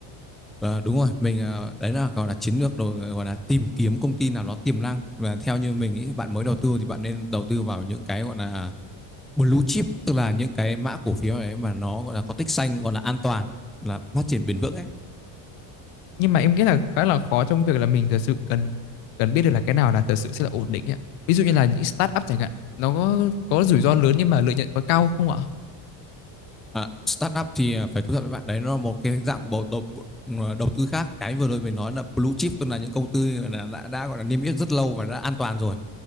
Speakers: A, in the centre; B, on the left.
A: Ờ, đúng rồi, mình ờ, đấy là gọi là chiến lược đồ, gọi là tìm kiếm công ty nào nó tiềm năng và theo như mình ý, bạn mới đầu tư thì bạn nên đầu tư vào những cái gọi là blue chip tức là những cái mã cổ phiếu ấy mà nó gọi là có tích xanh gọi là an toàn là phát triển bền vững ấy
B: nhưng mà em nghĩ là khá là khó trong việc là mình thật sự cần cần biết được là cái nào là thật sự sẽ là ổn định ấy. ạ. Ví dụ như là những start up chẳng hạn, nó có có rủi ro lớn nhưng mà lợi nhuận có cao không ạ?
A: À, startup thì à, phải thú thật với bạn đấy nó là một cái dạng của đầu, đầu, à, đầu tư khác cái vừa rồi mình nói là blue chip tức là những công ty là đã, đã gọi là niêm yết rất lâu và đã an toàn rồi